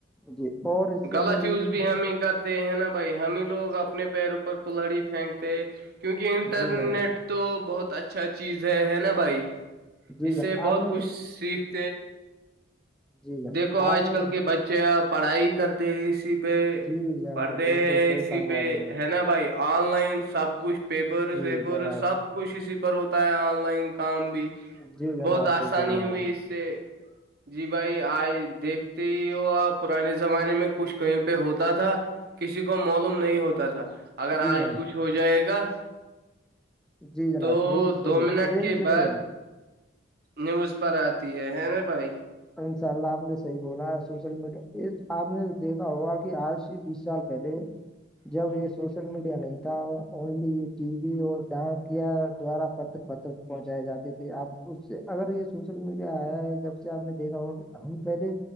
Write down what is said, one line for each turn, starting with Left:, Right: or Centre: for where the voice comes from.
Centre: جی اور اس سے
Right: غلط
Centre: ہمیں یہ
Right: یوز بھی ہمیں کرتے ہیں نا بھائی ہمیں لوگ اپنے پیروںپر کللہڑی پھینکتے ہیں کیونکہ انٹرنیٹ
Centre: جی جناب
Right: تو بہت اچھا چیز ہے ہے نا بھائی
Centre: جی
Right: اس سے
Centre: جناب
Right: بہت
Centre: آپ نے
Right: کچھ سیکھ
Centre: جی جناب
Right: دیکھو آج
Centre: آپ نے
Right: کل کے بچے پڑھائی کرتے اسی پہ
Centre: جی جناب
Right: پڑھتے
Centre: بالکل
Right: ہیں
Centre: صحیح
Right: اسی
Centre: فرما
Right: پہ
Centre: رہے ہو
Right: ہے نا بھائی آن لائن سب کچھ پیپرز
Centre: جی
Right: ویپر
Centre: جناب
Right: سب کچھ اسی پر ہوتا ہے آن لائن کام بھی
Centre: جی جناب
Right: بہت آسانی
Centre: صحیح فرما
Right: ہوئی
Centre: رہے ہیں
Right: اس سے جی بھائی آئے دیکھتے ہی ہو آپ پرانے زمانے میں کچھ کہیں پہ ہوتا تھا کسی کو معلوم نہیں ہوتا تھا اگر آج
Centre: جی جناب
Right: کچھ ہو جائے گا
Centre: جی جناب
Right: تو
Centre: میری سنیے
Right: دو منٹ
Centre: میری
Right: کے
Centre: سنیے
Right: بعد نیوز پر آتی ہے نا بھائی
Centre: ان شاء اللہ آپ نے صحیح بولا ہے سوشل میڈیا آپ نے دیکھا ہوگا کہ آج سال پہلے جب یہ سوشل میڈیا نہیں تھا اونلی یہ ٹی وی اور ڈانکیا دوارا پتر پتر پہنچائے جاتے تے اپ اس سے اگر یہ سوشل میڈیا آیا ہے جب سے آپ نے دیکھا ہو ہم پہلے